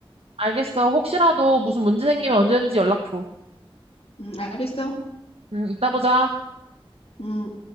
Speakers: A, on the right; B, on the left.
A: 알겠어. 혹시라도 무슨 문제 생기면 언제든지 연락 줘.
B: 음, 알겠어?
A: 음, 이따 보자.
B: 음.